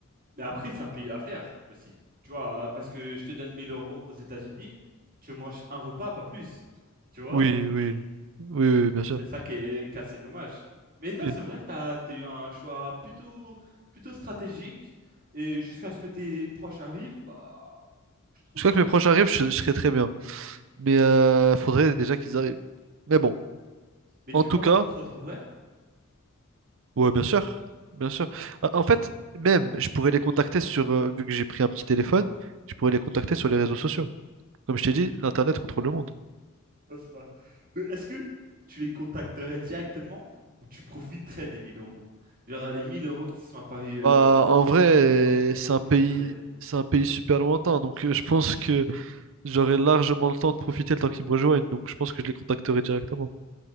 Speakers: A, on the right; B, on the right.
A: Mais après, c'est un pays à faire aussi. Tu vois, euh, parce que je te donne 1000 euros aux États-Unis, tu manges un repas, pas plus. Tu vois,
B: Oui,
A: à la limite.
B: oui, oui, oui, bien sûr.
A: C'est ça qui est, qui est assez dommage. Mais non,
B: Oui.
A: c'est vrai, t'as, t'as eu un choix plutôt, plutôt stratégique. Et jusqu'à ce que tes proches arrivent, bah, je trouve
B: Jusqu'à
A: ça
B: que
A: correct.
B: mes proches arrivent, je, je serai très bien. Mais euh, faudrait déjà qu'ils arrivent. Mais bon,
A: Mais
B: en
A: tu
B: tout
A: penses
B: cas.
A: qu'ils te retrouveraient?
B: Ouais, bien sûr, bien sûr. En en fait, même, je pourrais les contacter sur, euh, vu que j'ai pris un petit téléphone, je pourrais les contacter sur les réseaux sociaux. Comme je t'ai dit, l'Internet contrôle le monde.
A: pas ça. Mais est-ce que tu les contacterais directement ou tu profiterais des 1000 euros? Genre les 1000 euros qui sont à Paris euh,
B: Bah, en vrai,
A: par- dans
B: c'est un
A: ton
B: pays,
A: porte-monnaie.
B: c'est un pays super lointain, donc euh, je pense que j'aurai largement le temps de profiter le temps qu'ils me rejoignent, donc je pense que je les contacterai directement.